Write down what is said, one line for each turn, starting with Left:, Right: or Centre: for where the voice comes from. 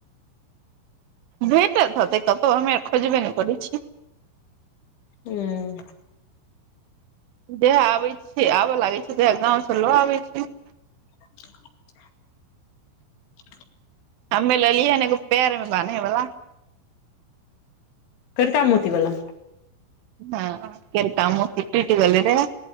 Right: भेटत हेतै कतौ हमे खोजबे ने करै छीयै।
Left: हूं।
Right: जहिआ आबै छीयै आबय लागे छियै तऽ गाँव से लऽ आबै छीयै।
Left: <inaudible>
Right: हम्मे लेलियै हन एगो पैर में बान्है बला।
Left: करिका मोती बला।
Right: हँ कैरका मोती टूइट गेल रहे।